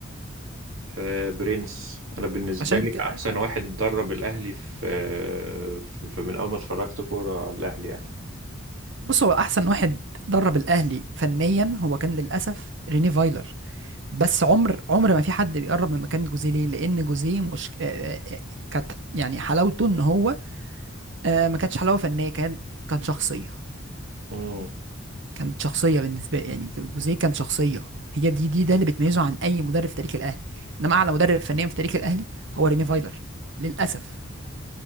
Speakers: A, on the right; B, on the right.
A: آه، برنس انا بالنسبه
B: عشان
A: لي
B: كده
A: احسن واحد درب الاهلي في آه، في في- من اول ما اتفرجت كوره على الاهلي يعني
B: بص هو احسن واحد درب الاهلي فنيا هو كان للاسف ريني فايلر بس عمر عمر ما في حد بيقرب من مكانة جوزيه ليه؟ لأن جوزيه مش آه، آه، آه، كانت يعني حلاوته إن هو آه، ما كانتش حلاوة فنية كان كان شخصية
A: امم
B: كانت شخصية بالنسبة يعني جوزيه كان شخصية هي دي دي ده اللي بتميزه عن أي مدرب في تاريخ الأهلي إنما أعلى مدرب فنيا في تاريخ الأهلي هو ريني فايلر للأسف